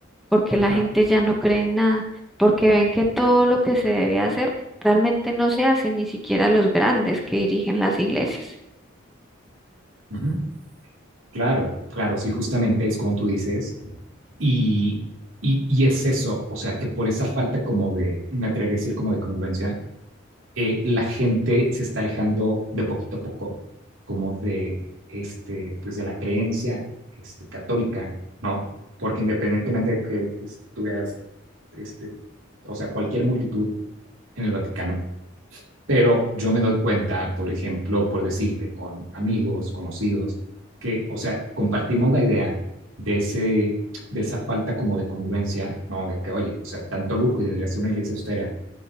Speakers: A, in the centre; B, on the right.
A: porque la
B: Claro.
A: gente ya no cree en nada, porque ven que todo lo que se debe hacer realmente no se hace, ni siquiera los grandes que dirigen las iglesias.
B: ujú. Claro, claro, sí, justamente es como tú dices, y, y, y es eso, o sea, que por esa falta como de, me atrevería a decir como de congruencia, eh, la gente se está alejando de poquito a poco, como de, este, pues de la creencia, este, católica, ¿no? Porque independientemente de que este, tú veas, este, o sea, cualquier multitud en el Vaticano, Pero yo me doy cuenta, por ejemplo, por decirte, con amigos, conocidos, que, o sea, compartimos la idea de, ese, de esa falta como de congruencia, ¿no? De que, oye, o sea, tanto lujo y debería ser una iglesia austera.